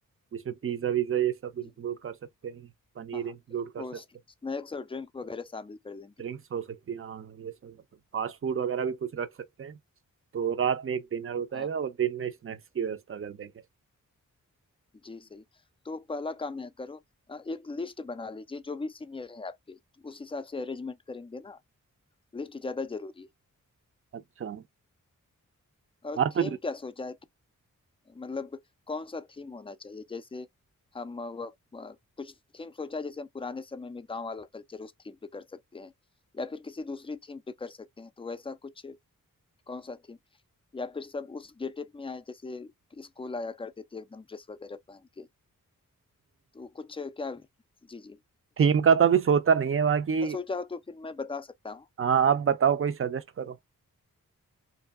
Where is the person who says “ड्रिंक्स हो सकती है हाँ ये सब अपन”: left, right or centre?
Right